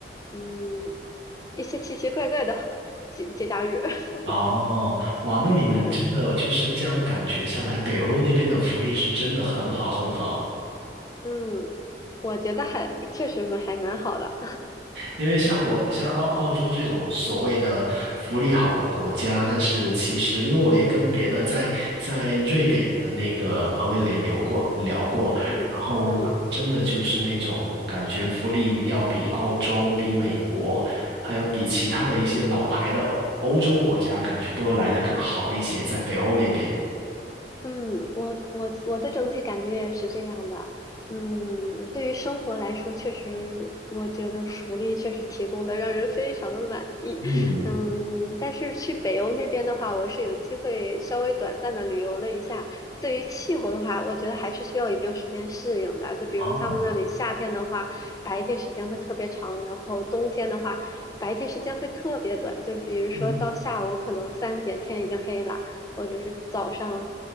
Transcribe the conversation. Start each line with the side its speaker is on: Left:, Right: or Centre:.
Left: 嗯一些奇奇怪怪的 <laughs> 节节假日。<laughs>
Right: 哦，哇，那你们真的就是这样感觉下来，
Left: 对，
Right: 北欧那边的福利是真的很好很好。
Left: 嗯，我觉得还确实蛮还蛮好的，
Right: 因为像我像澳澳洲这种所谓的福利好的国家，
Left: <laughs> 嗯
Right: 但是其实因为我也跟别的在在瑞典的那个朋友也聊过聊过，
Left: 嗯嗯。
Right: 然后他们真的就是那种感觉福利要比澳洲、比美国，还有比其他的一些老牌的欧欧洲国家，感觉都要来得更好一些，在北欧那边。
Left: 嗯，我我我的整体感觉也是这样的。嗯，对于生活来说，确实我觉得福利确实提供的让人非常的满意。
Right: 嗯，
Left: 嗯，但是去北欧那边的话，我是有机会稍微短暂的旅游了一下。对于气候的话，我觉得还是需要一定时间适应的。就比如他们那里夏天的话，
Right: 啊。
Left: 白天时间会特别长，然后冬天的话，白天时间会特别短。就比如说到下午可能三点天已经黑了。
Right: 嗯。
Left: 或者是早上